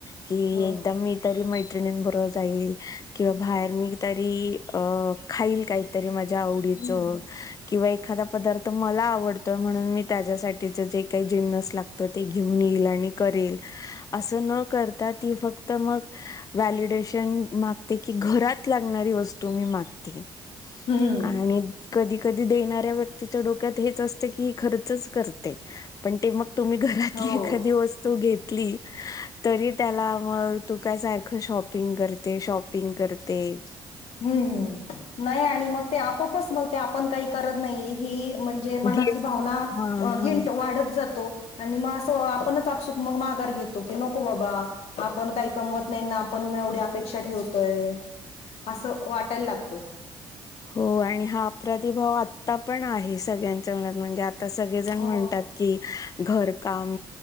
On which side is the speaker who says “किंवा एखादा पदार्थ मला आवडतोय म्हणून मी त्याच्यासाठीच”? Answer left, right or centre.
Left